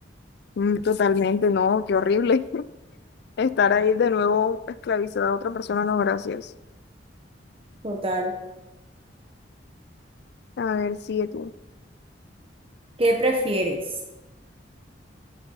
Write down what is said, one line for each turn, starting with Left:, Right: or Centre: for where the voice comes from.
Left: mm, totalmente, no, qué horrible. <laughs> Estar ahí de nuevo esclavizada a otra persona, no, gracias.
Right: <laughs> Total.
Left: A ver, sigue tú.
Right: ¿Qué prefieres?